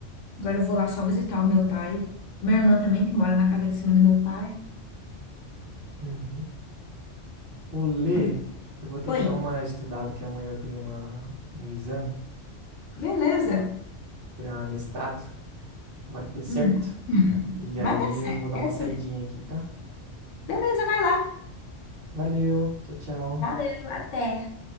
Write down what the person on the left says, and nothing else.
agora eu vou lá só visitar o meu pai. Minha irmã também, que mora na casa de cima do meu pai.
Hum.
Oi.
Beleza.
Uhum. Hum.
Vai
dar certo.
Deus
quiser.
Beleza, vai lá.
Valeu, até.